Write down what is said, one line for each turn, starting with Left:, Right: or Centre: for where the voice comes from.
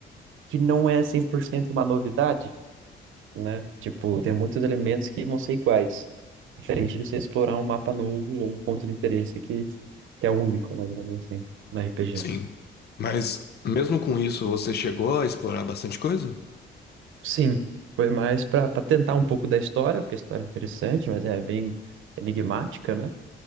Right: que não é 100% uma novidade, né? Tipo, tem muitos elementos que vão ser iguais. Diferente de você explorar um mapa novo ou um ponto de interesse que, que é único, né? digamos Assim, na RPG.
Left: Sim. Mas mesmo com isso, você chegou a explorar bastante coisa?
Right: Sim, foi mais para tentar um pouco da história, porque a história é interessante, mas é bem enigmática, né?